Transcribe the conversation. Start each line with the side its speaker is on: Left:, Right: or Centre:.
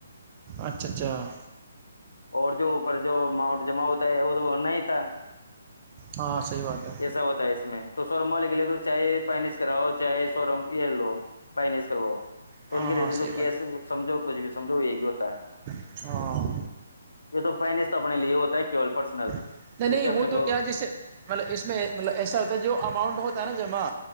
Right: اچھا اچھا
Left: اور جو اوپر جو اماؤنٹ جما ہوتا ہے تو نہیں تھا
Right: ہاں صحیح بات ہے
Left: ایسا ہوتا ہے اس میں <unintelligible> <unintelligible> تو
Right: ہاں
Left: ان کے لیے
Right: ہاں
Left: تو جو
Right: صحیح بات
Left: کیا سمجھو کچھ بھی سمجھو ایک ہی ہوتا ہے
Right: ہے ہاں
Left: یہ تو فائننس تو اپنے لیے ہوتا ہے کیول پرسنل
Right: نہیں
Left: کس
Right: نہیں
Left: سے اپنے
Right: وہ
Left: کو
Right: تو کیا جس سے مطلب اس میں مطلب ایسا ہوتا ہے جو اماؤنٹ ہوتا ہے نا جمع